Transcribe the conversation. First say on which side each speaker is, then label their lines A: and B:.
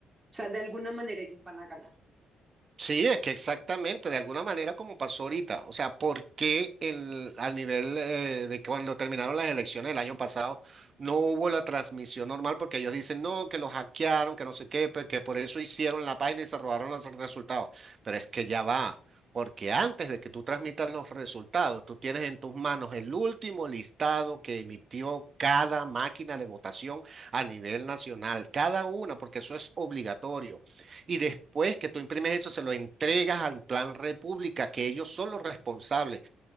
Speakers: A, on the right; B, on the right.
A: o sea, de alguna manera ellos van a ganar.
B: Sí, es que exactamente, de alguna manera como pasó ahorita. O sea, ¿por qué el, al nivel eh, de que cuando terminaron las elecciones el año pasado no hubo la transmisión normal? Porque ellos dicen, no, que los hackearon, que no sé qué, pues, que por eso hicieron la página y se robaron los resultados. Pero es que ya va, porque antes de que tú transmitas los resultados, tú tienes en tus manos el último listado que emitió cada máquina de votación a nivel nacional, cada una, porque eso es obligatorio. Y después que tú imprimes eso, se lo entregas al Plan República, que ellos son los responsables